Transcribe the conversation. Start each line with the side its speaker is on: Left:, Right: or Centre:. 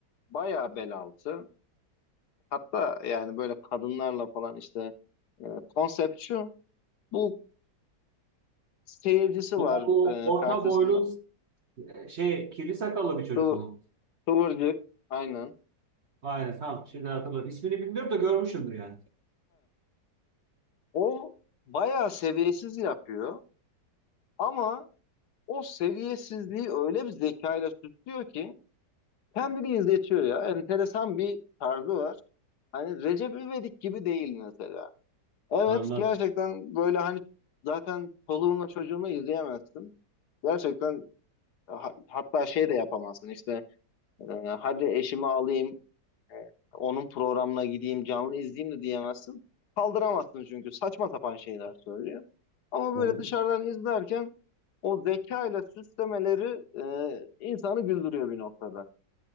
Left: Bayağı bel altı. Hatta yani böyle kadınlarla falan işte e, konsept şu. Bu seyircisi
Right: Bu
Left: var
Right: bu
Left: e,
Right: orta
Left: karşısında.
Right: boylu e, şey kirli sakallı bir çocuk
Left: Kıvır,
Right: mu?
Left: kıvırcık aynen.
Right: Aynen tamam şimdi hatırladım. İsmini bilmiyorum da görmüşümdür yani.
Left: O bayağı seviyesiz yapıyor ama o seviyesizliği öyle bir zekayla süslüyor ki kendini izletiyor ya. Enteresan bir tarzı var. Hani Recep İvedik gibi değil mesela. Evet
Right: Anladım.
Left: gerçekten böyle hani zaten çoluğunla çocuğunla izleyemezsin. Gerçekten ha- hatta şey de yapamazsın işte e, hadi eşimi alayım Onun programına gideyim canlı izleyeyim de diyemezsin. Kaldıramazsın çünkü saçma sapan şeyler söylüyor. Ama
Right: Yani
Left: böyle dışarıdan izlerken o zekayla süslemeleri e, insanı güldürüyor bir noktada.